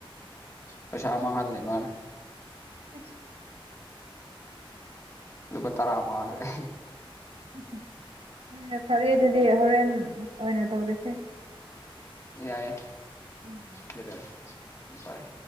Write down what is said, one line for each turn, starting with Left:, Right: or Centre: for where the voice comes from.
Left: ꯄꯩꯁꯥ ꯃꯥꯡꯍꯜꯂꯦ ꯃꯥꯅ
Right: ꯏꯁ
Left: ꯂꯨꯄꯥ ꯇꯔꯥ ꯃꯥꯡꯒ꯭ꯔꯦ
Right: <unintelligible> ꯐꯔꯦ ꯑꯗꯨꯗꯤ ꯍꯣꯔꯦꯟ ꯑꯣꯏꯅ ꯇꯧꯔꯁꯦ
Left: ꯌꯥꯏꯌꯦ
Right: ꯎꯝ
Left: <unintelligible> ꯒꯨꯠ ꯕꯥꯏ